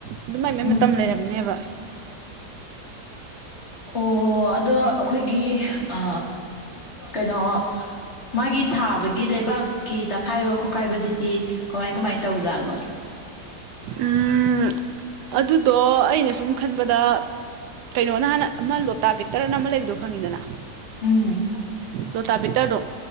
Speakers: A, on the right; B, on the left.
A: ꯑꯗꯨꯃꯥꯏ ꯃꯥꯏ
B: ꯎꯝ
A: ꯃꯇꯝ ꯂꯩꯔꯝꯅꯦꯕ
B: ꯑꯣ ꯑꯗꯣ ꯑꯩꯈꯣꯏꯒꯤ ꯑ ꯀꯩꯅꯣ ꯃꯥꯒꯤ ꯊꯥꯕꯒꯤ ꯂꯩꯕꯥꯛꯀꯤ ꯇꯛꯈꯥꯏꯕ ꯈ ꯀꯥꯏꯕꯁꯤꯗꯤ ꯀꯃꯥꯏ ꯀꯃꯥꯏꯅ ꯇꯧꯖꯥꯠꯅꯣ
A: ꯎꯝ ꯑꯗꯨꯗꯣ ꯑꯩꯅ ꯁꯨꯝ ꯈꯟꯕꯗ ꯀꯩꯅꯣꯅ ꯍꯥꯟꯅ ꯑꯃ ꯂꯣꯇꯥ ꯕꯦꯇꯔꯅ ꯑꯃ ꯂꯩꯕꯗꯣ ꯈꯪꯉꯤꯗꯅ
B: ꯎꯝ
A: ꯂꯣꯇꯥꯕꯤꯇꯔꯗꯣ